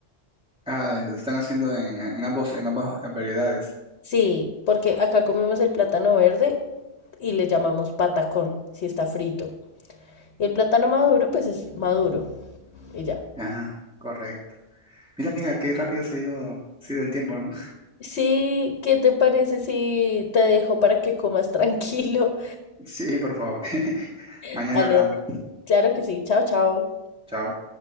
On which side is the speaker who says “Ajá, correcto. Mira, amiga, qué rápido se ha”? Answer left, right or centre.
Centre